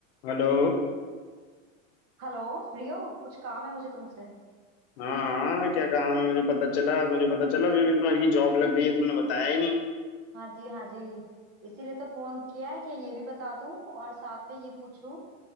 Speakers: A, on the left; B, on the right.
A: Hello
B: Hello Free हो कुछ काम है मुझे तुमसे
A: हाँ हाँ क्या काम है मुझे पता चला मुझे पता चला अभी अभी तुम्हारी की जॉब लग गई है तुमने बताया ही नहीं
B: हाँ जी हाँ जी इसीलिए तो फोन किया है कि ये भी बता दूं और साथ में ये पूछूं